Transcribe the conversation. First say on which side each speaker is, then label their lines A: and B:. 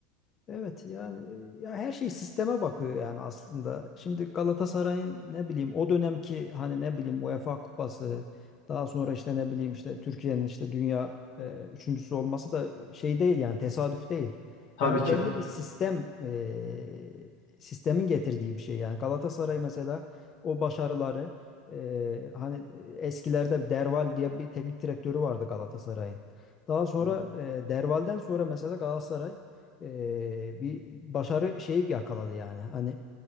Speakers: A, on the left; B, on the left.
A: Evet yani e, ya her şey sisteme bakıyor yani aslında. Şimdi Galatasaray'ın ne bileyim o dönemki hani ne bileyim UEFA Kupası daha sonra işte ne bileyim işte Türkiye'nin işte dünya e, üçüncüsü olması da şey değil yani tesadüf değil.
B: Tabii
A: Yani
B: ki.
A: belli
B: Hı
A: bir sistem e, sistemin getirdiği bir şey yani Galatasaray mesela o başarıları e, hani eskilerde bir Derval diye bir teknik direktörü vardı Galatasaray'ın. Daha sonra
B: hı.
A: e, Derval'den sonra mesela Galatasaray e, bir başarı şeyi yakaladı yani. Hani